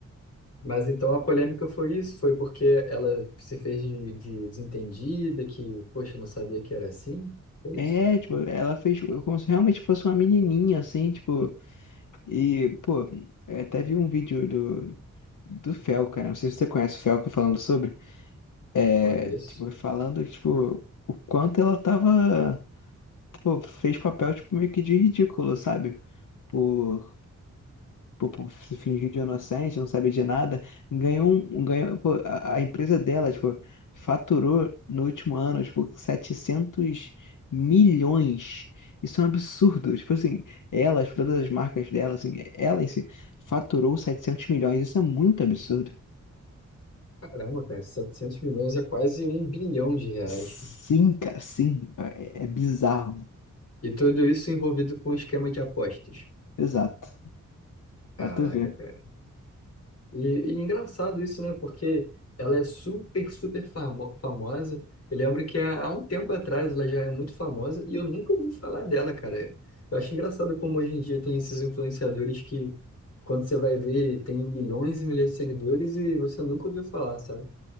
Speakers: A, on the left (about 50°); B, on the left (about 80°).
A: Mas então a polêmica foi isso, foi porque ela se fez de, de desentendida, que, poxa, não sabia que era assim. Foi
B: É,
A: isso?
B: é, tipo, ela fez tipo, como se realmente fosse uma menininha, assim, tipo, e, pô, eu até vi um vídeo do, do Fel, cara, não sei se você conhece o Fel, falando sobre, é,
A: Conheço.
B: tipo, falando, tipo, o quanto ela tava, pô, fez papel, tipo, meio que de ridículo, sabe? por pô, pô, se fingir de inocente, não saber de nada, ganhou um, um, ganhou, pô, a, a empresa dela, tipo, faturou no último ano, tipo, setecentos milhões. Isso é um absurdo. Tipo assim, ela, tipo, todas as marcas dela, assim, ela em si, faturou 700 milhões. Isso é muito absurdo.
A: Caramba, cara, 700 milhões é quase um bilhão de reais.
B: Sim, cara, sim. É, é bizarro.
A: E tudo isso envolvido com esquema de apostas.
B: Exato. Pra
A: Caraca,
B: tu ver.
A: cara. E, e engraçado isso, né? Porque ela é super, super famo- famosa. Eu lembro que há, há um tempo atrás ela já é muito famosa e eu nunca ouvi falar dela, cara. Eu acho engraçado como hoje em dia tem esses influenciadores que, quando você vai ver, tem milhões e milhões de seguidores e você nunca ouviu falar, sabe?